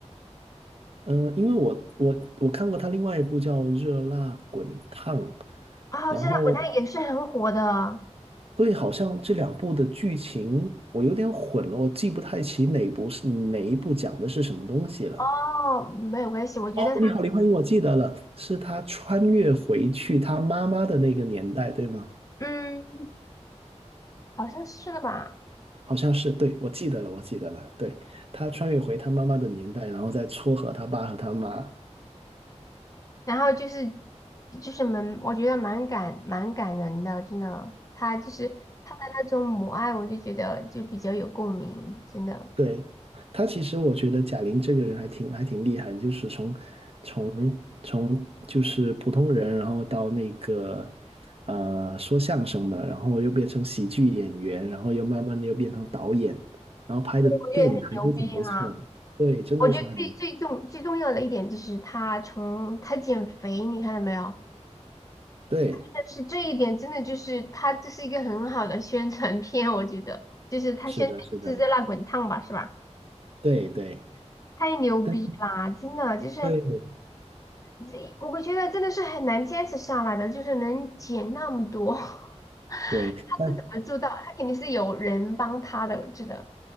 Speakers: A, on the right (about 55°); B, on the left (about 30°).
A: 嗯，呃因为我我我看过他另外一部叫《热辣滚烫》，
B: 啊，
A: 然后
B: 现在国它也是很火的。
A: 对，好像这两部的剧情我有点混了，我记不太起哪部是哪一部讲的是什么东西了。
B: 哦，没有关系，我觉得他，
A: 哦，你好，李焕英，我记得了，是他穿越回去他妈妈的那个年代，对吗？
B: 嗯好像是吧。
A: 好像是，对，我记得了，我记得了，对，他穿越回他妈妈的年代，然后再撮合他爸和他妈。
B: 然后就是就是蛮，我觉得蛮感蛮感人的，真的。他就是他的那种母爱，我就觉得就比较有共鸣，真的，
A: 对，他其实我觉得贾玲这个人还挺还挺厉害的，就是从从从就是普通人，然后到那个呃说相声的，然后又变成喜剧演员，然后又慢慢的又变成导演，然后拍的电影还都挺不错的。
B: 我觉得很牛逼哈。
A: 对，真的是很
B: 我觉得最最重最重要的一点就是他从他减肥，你看到没有？
A: 对，
B: 但是这一点真的就是他这是一个很好的宣传片，我觉得就是他宣传一直在那滚烫吧，
A: 是的，是的，
B: 是吧？
A: 对对，
B: 太牛逼啦！
A: 但
B: 真的就是
A: 对
B: 这，我觉得真的是很难坚持下来的，就是能减那么多，<laughs> 他是怎么做到？
A: 对，但。
B: 他肯定是有人帮他的，真的。